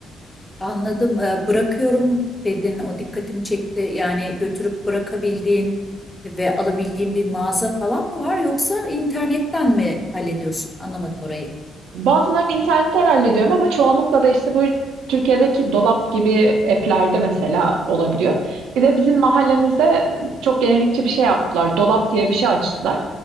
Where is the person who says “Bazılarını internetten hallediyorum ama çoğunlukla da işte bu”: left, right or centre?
Right